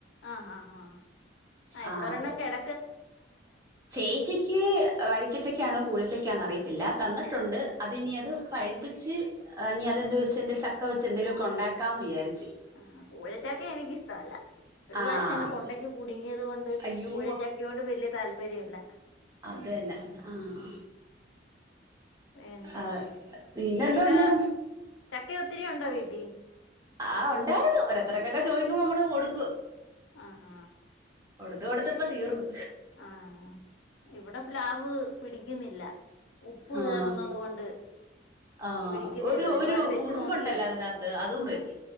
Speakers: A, on the left; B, on the right.
A: ആഹ് ആഹ് ആഹ് ഇവിടെരെണ്ണം
B: ആ അത്
A: കേട
B: ചേച്ചിക്ക് വഴിക്കച്ചക്ക ആണ് കൂടു ക്ക അറിയത്തില്ല തന്നിട്ടുണ്ട് അത് ഇനി അത് പഴിപ്പിച്ച് ഇനി അതെന്ത് വെച്ച് ചക്ക വെച്ച് ചന്തേലൊക്കെ ഉണ്ടാക്കാന്ന് വിചാരിച്ചു.
A: ആ കുഴചക്ക എനിക്കിഷ്ടല്ല ഒരു
B: ആഹ്
A: പ്രാവശ്യം എൻ്റെ തൊണ്ടയ്ക്ക് കുടുങ്ങിയതോണ്ട്
B: അയ്യോ
A: കൂഴച്ചക്കയോട് വല്യാ താല്പര്യല്ല
B: അതന്നെ ആഹ്
A: പിന്നെ
B: ആഹ് പിന്നെന്തോണ്ട്
A: ചക്ക ചക്ക ഒത്തിരി ഉണ്ടോ വീട്ടി
B: ആഹ് ഉണ്ടായിരുന്നു ഒരോരുത്തരൊക്കൊ ചോദിക്കുമ്പോ നമ്മള് കൊടുക്കു.
A: ആഹ് ഹാ.
B: കൊടുത്ത് കൊടുത്ത് ഇപ്പം തീർന്നു
A: ആഹ് ഇവിടെ പ്ലാവ് പിടി ന്നില്ല ഉപ്പ്
B: ആഹ്
A: കേറുന്നത് കൊണ്ട്
B: ആഹ്
A: പിടിക്കുന്നില്ല
B: ഒരു
A: ഒരുപാട്
B: ഒരു
A: വെച്ച്
B: ഉറുമ്പുണ്ടല്ലോ
A: നോക്കിയതാ
B: അതിനാത്ത് അതും വരും